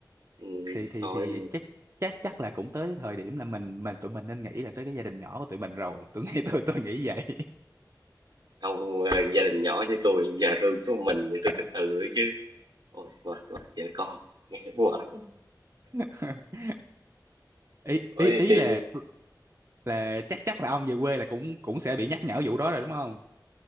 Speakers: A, on the right (about 75°); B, on the right (about 40°).
A: ừ,
B: thì thì
A: thôi
B: thì chắc chắc chắc là cũng tới thời điểm là mình mình tụi mình nên nghĩ là tới cái gia đình nhỏ của tụi mình rồi tôi nghĩ tôi tôi nghĩ vậy
A: ông ờ, gia đình nhỏ chứ tôi nhà tôi có mình thì tôi từ tự thôi chứ ôi mệt quá vợ con nghe mệt
B: <laughs> ý
A: ôi
B: ý ý
A: chị
B: là là chắc chắc là ông về quê là cũng cũng sẽ bị nhắc nhở vụ đó rồi đúng không